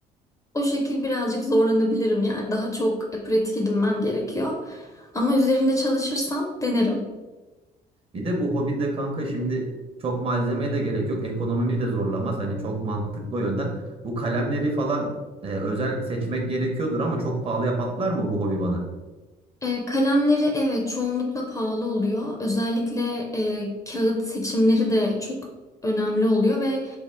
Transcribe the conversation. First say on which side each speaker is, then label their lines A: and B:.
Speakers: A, on the left; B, on the right.
A: O şekil birazcık zorlanabilirim yani daha çok e, pratik edinmem gerekiyor. Ama üzerinde çalışırsam denerim.
B: Bir de bu hobide kanka şimdi çok malzemeye de gerek yok ekonomimi de zorlamaz hani çok mantıklı o yönden. Bu kalemleri falan e, özel seçmek gerekiyordur ama çok pahalıya patlar mı bu hobi bana?
A: E, kalemleri evet çoğunlukla pahalı oluyor. Özellikle e, kağıt seçimleri de çok önemli oluyor ve